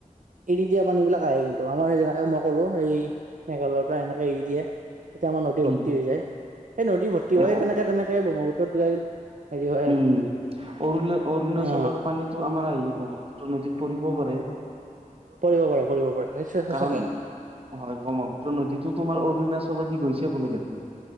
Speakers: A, on the right (about 70°); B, on the right (about 45°).
A: এৰি দিয়া পানী বিলাক আহে কিন্তু আমাৰ মই যেনেকে মই ক'লো এই মেঘালয়ৰ পৰা এনেকে এৰি দিয়ে। তেতিয়া আমাৰ নদী ভৰ্তি
B: উম
A: হৈ যায় সেই নদী ভৰ্তি হয়
B: এ
A: তেনেকে তেনেকে ব্ৰহ্মপুত্ৰত গৈ। হেৰি হয়
B: উম
A: আৰু
B: অৰুণ- অৰুণাচলৰ
A: অ
B: পানীটো আমাৰ আহি। ব্ৰহ্মপুত্ৰ নদীত পৰিব পাৰে।
A: পৰিব পাৰে। পৰিব পাৰে নিশ্চয় সঁচাকে
B: কাৰণ, হয়, ব্ৰহ্মপুত্ৰ নদীতো তোমাৰ অৰুণাচলে দি গৈছে বোলে দেখোন!